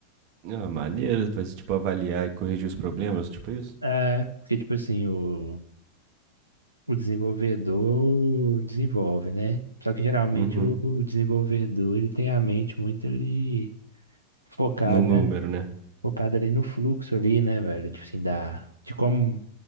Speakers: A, on the right; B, on the right.
A: Ah, maneiro,
B: Pô.
A: vai ser tipo avaliar e corrigir os problemas, tipo isso?
B: É, porque, tipo assim, o, o desenvolvedor desenvolve, né? Só que geralmente
A: Uhum.
B: o, o desenvolvedor, ele tem a mente muito ali focada,
A: No número, né?
B: focada ali no fluxo ali, né, velho? Tipo assim, da, de como